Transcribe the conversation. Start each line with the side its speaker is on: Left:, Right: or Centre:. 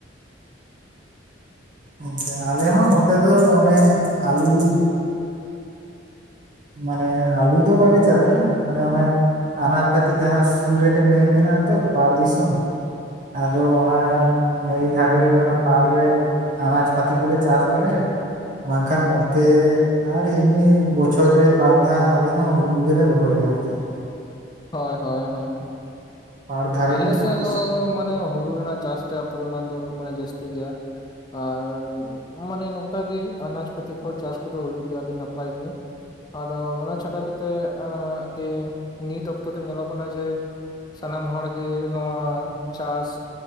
Right: ᱜᱚᱝᱠᱮ ᱟᱞᱮ ᱦᱚᱸ ᱱᱚᱛᱮ ᱫᱚ ᱚᱱᱮ ᱟᱞᱩ ᱢᱟᱱᱮ ᱟᱞᱩ ᱫᱚ ᱵᱟᱞᱮ ᱪᱟᱥᱟ, ᱢᱟᱱᱮ ᱚᱱᱟ ᱟᱱᱟᱡ ᱯᱟᱹᱛᱤ ᱡᱟᱦᱟᱸ ᱥᱩᱨ ᱨᱮ ᱜᱮ ᱱᱟᱹᱭ ᱢᱮᱱᱟᱜ ᱟᱛᱚ, ᱯᱟᱨ ᱫᱤᱥᱚᱢ ᱟᱫᱚ ᱚᱱᱟ ᱱᱟᱭ ᱫᱷᱟᱨᱮ ᱨᱮᱜᱮ ᱚᱱᱟ ᱯᱟᱨ ᱨᱮ ᱟᱱᱟᱡ ᱯᱛᱤ ᱠᱚ ᱞᱮ ᱪᱟᱥ ᱵᱟᱲᱟᱭᱟ ᱾ ᱵᱟᱝᱠᱷᱟᱱ ᱱᱚᱛᱮ ᱟᱨ ᱮᱢᱱᱤ ᱵᱚᱪᱷᱚᱨ ᱨᱮ ᱵᱟᱨᱫᱷᱟ ᱟᱞᱮ ᱦᱚᱸ ᱦᱩᱲᱩ ᱜᱮᱞᱮ ᱨᱚᱦᱚᱭᱟ ᱟᱨᱠᱤ ᱾
Left: ᱦᱳᱭ ᱦᱳᱭ ᱦᱳᱭ,
Right: ᱯᱟᱲ ᱫᱷᱟᱨᱮ
Left: ᱟᱞᱮ
Right: ᱜᱮ ᱠᱟᱹᱴᱤᱡ
Left: ᱥᱮᱫ ᱦᱚᱸ ᱢᱟᱱᱮ ᱦᱩᱲᱩ ᱨᱮᱱᱟᱜ ᱪᱟᱥ ᱨᱮᱭᱟᱜ ᱯᱚᱨᱤᱢᱟᱱ ᱫᱚ ᱢᱟᱱᱮ ᱡᱟᱹᱥᱛᱤ ᱜᱮᱭᱟ ᱾ ᱟᱨ ᱢᱟᱱᱮ ᱱᱚᱝᱠᱟ ᱜᱮ ᱟᱱᱟᱡ ᱯᱟᱹᱛᱤ ᱠᱚ ᱦᱚᱸ ᱪᱟᱥ ᱠᱚ ᱫᱚ ᱦᱩᱭᱩᱜ ᱜᱮᱭᱟ ᱟᱹᱰᱤ ᱱᱟᱯᱟᱭ ᱜᱮ᱾ ᱟᱫᱚ ᱚᱱᱟ ᱪᱷᱟᱰᱟ ᱠᱟᱛᱮᱫ ᱫᱤᱭᱮ ᱱᱤᱛ ᱚᱠᱛᱚ ᱫᱚ ᱧᱮᱞᱚᱜ ᱠᱟᱱᱟ ᱡᱮ ᱥᱟᱱᱟᱢ ᱦᱚᱲᱜᱮ ᱱᱚᱣᱟ ᱪᱟᱥ